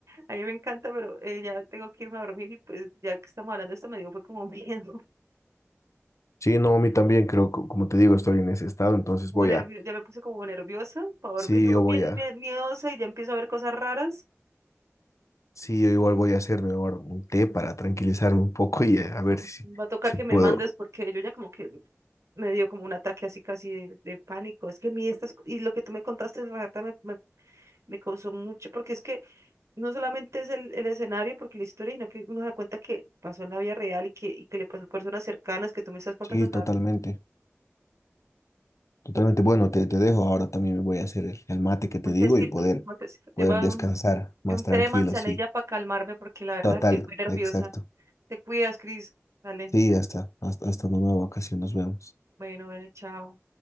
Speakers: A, on the right (about 75°); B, on the left (about 85°).
A: a mí me encanta, pero eh, ya tengo que irme a dormir y pues ya que estamos hablando de esto me dio fue como miedo,
B: Sí, no, a mí
A: <laughs>
B: también creo, que, como te digo, estoy en ese estado, entonces
A: como
B: voy
A: nervio,
B: a,
A: ya me puse como nerviosa para dormir,
B: Sí,
A: yo
B: yo
A: voy
B: voy
A: bien
B: a,
A: mie- miedosa y ya empiezo a ver cosas raras.
B: sí, yo igual voy a hacerme ahora un té para tranquilizarme un poco y eh, a
A: Mm,
B: ver si,
A: Va a tocar
B: si
A: que
B: puedo.
A: me mandes porque yo ya como que me dio como un ataque así casi de, de pánico. Es que a mí estas, co- y lo que tú me contaste, la verdad me, me, me causó mucho, porque es que no solamente es el, el escenario, porque la historia, sino que uno se da cuenta que pasó en la vida real y que, y que le pasó a personas cercanas que tú me estás contando.
B: Sí, totalmente, totalmente. Bueno, te, te dejo ahora también me voy a hacer el, el mate que te
A: Un
B: digo
A: tecito,
B: y poder,
A: un tecito.
B: poder
A: Lleva
B: descansar
A: un,
B: más
A: y un
B: tranquilo,
A: té de manzanilla
B: sí.
A: para calmarme porque la verdad
B: Total,
A: que muy nerviosa.
B: exacto.
A: Te cuidas, Cris. Dale.
B: Sí, hasta, hasta, hasta una nueva ocasión, nos vemos.
A: Bueno, eh, chao.